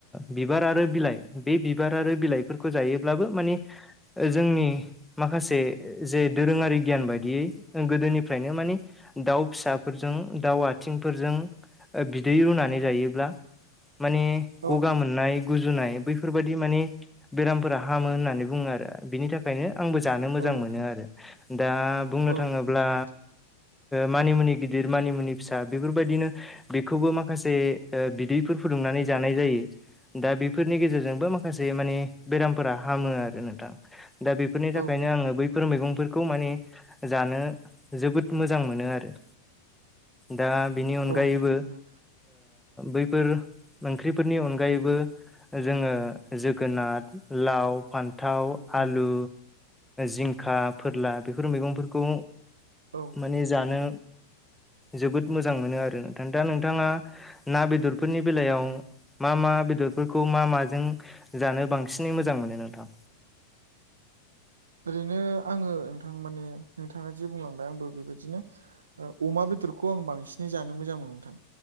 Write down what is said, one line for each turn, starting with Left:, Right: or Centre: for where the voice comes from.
Centre: बिबार आरो बिलाइ बे बिबार आरो बिलाइफोरखौ जायोब्लाबो माने जोंनि माखासे जे दोरोङारि गियान बायदियै गोदोनिफ्रायनो माने दाउ फिसाफोरजों दाउ आथिंफोरजों बिदै रुनानै जायोब्ला माने
Right: औ
Centre: गगा मोननाय गुजुनाय बैफोर बायदि माने बेरामफोरा हामो होननानै बुंङो आरो बिनि थाख खायनो आंबो जानो मोजां
Right: औ नोंथां
Centre: मोनो आरो दा बुंनो
Right: औ नोंथां
Centre: थांङोब्ला मानिमुनि गिदिर मानिमुनि फिसा बेफोरबायदिनो बेखौबो माखासे बिदैफोर फुदुंनानै जानाय जायो। दा बेफोरनि गेजेरजोंबो माखासे माने बेरामफोरा हामो आरो नोंथां दा बेफोरनि थाखायनो
Right: औ नोंथां
Centre: आंङो
Right: नंगौ
Centre: बैफोर मैगंफोरखौ बेखौ माने जानो जोबोद मोजां मोनो आरो दा बिनि
Right: औ
Centre: अनगायैबो
Right: नोंथां नंगौ
Centre: बैफोर ओंख्रिफोरनि अनगायैबो जोंङो जोगोनार लाव फान न्थाव
Right: उम
Centre: आलु जिंखा फोरला बेफोर मैगंफोरखौ
Right: औ
Centre: माने जानो जोबोद मोजां मोनो आरो नोंथां दा नोंथांङा ना बेदरफोरनि बेलायाव मा मा बेदरफोरखौ मा माजों जानो बांसिनै मोजां मोनो नोंथां
Right: ओरैनो आंङो नोंथां माने नोंथाङा जि बुंलांबाय आंबो बेबायदिनो अमा बेदरखौ आं बांसिनै जानो मोजां मोनो नोंथां